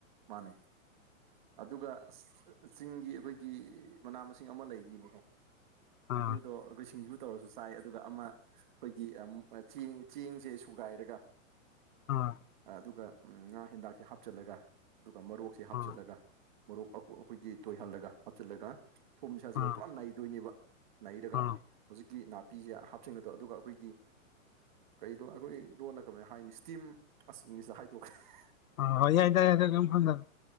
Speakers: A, on the right; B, on the left.
A: ꯃꯥꯅꯦ꯫ ꯑꯗꯨꯒ ꯆꯤꯡꯒꯤ ꯑꯩꯈꯣꯏꯒꯤ ꯃꯅꯥ ꯃꯁꯤꯡ ꯑꯃ ꯂꯩꯔꯤꯅꯦꯍꯦ
B: ꯑꯥ
A: ꯑꯗꯨꯗꯣ ꯑꯩꯈꯣꯏ ꯁꯤꯡꯖꯨ ꯇꯧꯔꯁꯨ ꯆꯥꯏ ꯑꯗꯨꯒ ꯑꯃ ꯑꯩꯈꯣꯏꯒꯤ ꯑ ꯆꯦꯡ ꯆꯦꯡꯁꯦ ꯁꯨꯒꯥꯏꯔꯒ
B: ꯑ
A: ꯑꯗꯨꯒ ꯉꯥ ꯍꯤꯟꯗꯥꯛꯁꯦ ꯍꯥꯞꯆꯤꯜꯂꯒ ꯑꯗꯨꯒ ꯃꯣꯔꯣꯛꯁꯦ ꯍꯥꯞꯆꯤꯜꯂꯒ
B: ꯑꯥ
A: ꯃꯔꯣꯛ ꯃꯀꯨ ꯑꯩꯈꯣꯏꯒꯤ ꯇꯣꯏꯍꯜꯂꯒ ꯍꯥꯞꯆꯤꯜꯂꯒ ꯊꯨꯝꯖꯦ ꯍꯥꯞꯆꯤꯜꯂꯒ
B: ꯑꯥ
A: ꯄꯨꯔꯥ ꯅꯩꯗꯣꯏꯅꯦꯕ꯫ ꯅꯩꯔꯒ
B: ꯑꯥ
A: ꯍꯧꯖꯤꯛꯀꯤ ꯅꯥꯄꯤꯖꯦ ꯍꯥꯞꯆꯤꯟꯒꯗ ꯑꯗꯨꯒ ꯑꯩꯈꯣꯏꯒꯤ ꯀꯩꯗꯣ ꯑꯩꯈꯣꯏ ꯂꯣꯟꯅ ꯀꯃꯥꯏꯅ ꯍꯥꯏꯅꯤ ꯏꯁꯇꯤꯝ ꯑꯁꯤ ꯏꯪꯂꯤꯁꯇ ꯍꯥꯏꯗꯣꯛꯈ꯭ꯔꯦ <unintelligible>
B: ꯑꯣ ꯍ ꯌꯥꯗꯗ ꯀꯝ ꯈꯪꯗꯦ